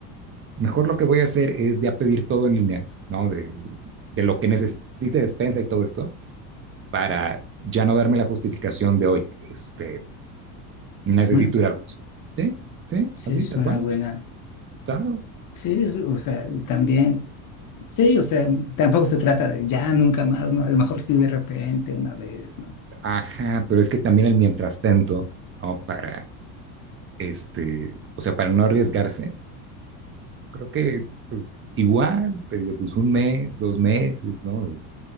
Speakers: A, on the right (about 25°); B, on the left (about 45°).
A: Mejor lo que voy a hacer es ya pedir todo en línea, ¿no? De, de lo que necesite despensa y todo esto, para ya no darme la justificación de, oye, este, necesito
B: ¿Mm?
A: ir al Oxxo. Sí, sí,
B: Sí,
A: así,
B: es
A: tal
B: una
A: cual,
B: buena...
A: claro.
B: Sí, es- o sea, y también... Sí, o sea, tampoco se trata de ya, nunca más, ¿no? A lo mejor sí de repente, una vez, ¿no?
A: Ajá, pero es que también el mientras tanto, ¿no? Para este, o sea, para no arriesgarse, creo que pues, igual, te digo, pues un mes, dos meses, ¿no? De,